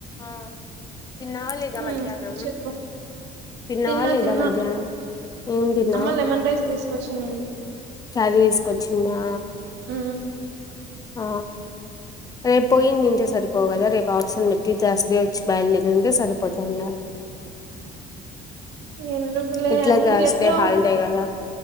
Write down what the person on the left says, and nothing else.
ఆ తిన్నావ లేదా
మధ్యాహ్నం
తిన్నావా
లేదా
మధ్యాహ్నం ఏం తిన్నావ్
కారీ తీసుకొచ్చిందా
హ రేపు పోయిందింటే సరిపో కదా రేపు ఆప్షన్ పెట్ టీచస్డ వచ్చి బయలుదేదంటే సరిపోతాలా <unintelligible>
ఇట్లా
జస్తే
హల్ డే కదా